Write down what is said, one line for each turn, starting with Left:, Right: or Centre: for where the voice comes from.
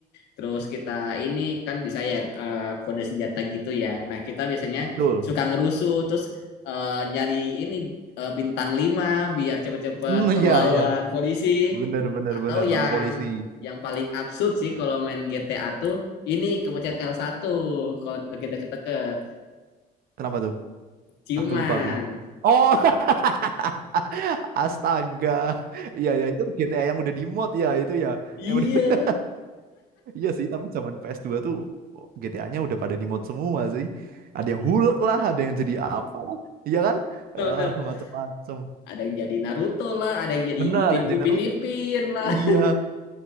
Left: terus kita ini kan bisa ya eh, kode senjata gitu ya nah kita biasanya
Right: Betul.
Left: suka ngerusuh terus eh, nyari ini eh, bintang 5 biar cepet-cepet
Right: Hmm, iya,
Left: ngelawan
Right: iya.
Left: polisi
Right: Benar benar
Left: atau
Right: benar lawan
Left: yang
Right: polisi.
Left: yang paling absurd sih kalau main GTA tuh ini kepencet L1 kalau kita deket-deket
Right: Kenapa tuh?
Left: ciuman
Right: Ah, lupa aku. Oh, <laughs> astaga. Iya, iya, itu GTA yang udah di mod ya, itu ya. Yang
Left: iya
Right: udah <laughs> Iya sih, tapi zaman ps dua tuh GTA-nya udah pada di mod semua sih. Ada yang Hulk lah, ada yang jadi apa lah. Iya kan?
Left: <laughs> benar
Right: Eh, macam-macam.
Left: ada yang jadi Naruto lah, ada yang jadi
Right: Benar,
Left: Upin Upin
Right: yang Naruto
Left: Ipin lah. <laughs>
Right: Iya,